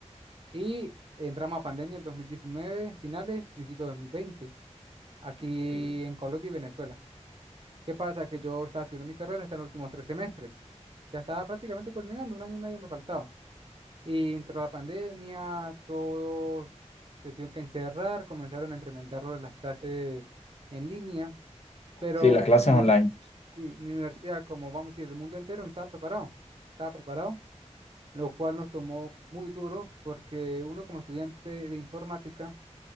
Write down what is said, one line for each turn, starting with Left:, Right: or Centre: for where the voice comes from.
Right: y entramos a pandemia el 2019 finales, principio de 2020 aquí
Left: Sí,
Right: en Colombia y Venezuela. ¿Qué pasa? Que yo estaba estudiando mi carrera hasta los últimos tres semestres. Ya estaba prácticamente culminando, un año y medio me faltaba. Y entró la pandemia, todos se tuvieron que encerrar, comenzaron a implementar lo de las clases en línea, pero
Left: Sí, las clases
Right: mi,
Left: online.
Right: sí, mi universidad, como vamos a decir, el mundo entero no estaba preparado, estaba preparado, lo cual nos tomó muy duro porque uno como estudiante de informática